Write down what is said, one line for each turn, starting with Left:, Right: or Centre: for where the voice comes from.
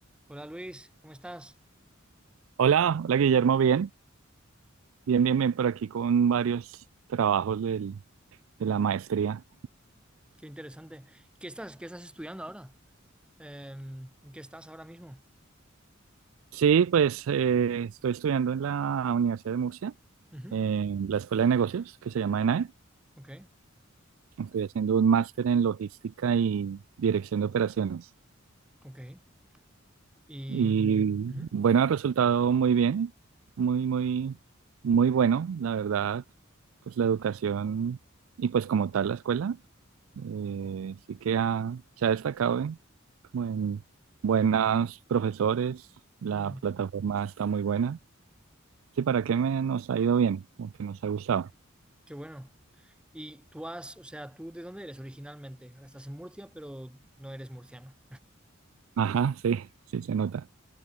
Centre: Hola Luis, ¿cómo estás?
Right: Hola, hola Guillermo, bien, bien, bien, bien por aquí con varios trabajos del- de la maestría.
Centre: Qué interesante. ¿Qué estás, qué estás estudiando ahora? Eh, ¿en qué estás ahora mismo?
Right: Sí, pues eh, estoy estudiando en la Universidad de Murcia,
Centre: Ujú,
Right: en la Escuela de Negocios, que se llama ENAE.
Centre: Ok,
Right: Estoy haciendo un máster en logística y dirección de operaciones.
Centre: ok. Y
Right: Y
Centre: mm, ujú,
Right: bueno, ha resultado muy bien, muy, muy, muy bueno, la verdad, pues la educación y pues como tal la escuela. Eh, sí que ha- se ha destacado en, como en buenos profesores, la
Centre: mm,
Right: plataforma está muy buena. Sí, ¿para qué me, nos ha ido bien? Como que nos ha gustado.
Centre: qué bueno. Y tú has, o sea, ¿tú de dónde eres originalmente? Ahora estás en Murcia, pero no eres murciano.
Right: Ajá, <laughs> sí, sí se nota.